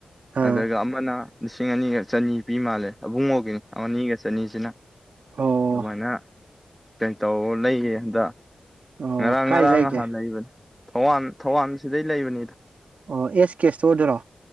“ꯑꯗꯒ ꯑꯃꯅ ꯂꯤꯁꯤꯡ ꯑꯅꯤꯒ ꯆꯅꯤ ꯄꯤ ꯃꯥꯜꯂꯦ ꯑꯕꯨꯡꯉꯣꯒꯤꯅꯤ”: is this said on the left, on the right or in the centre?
Centre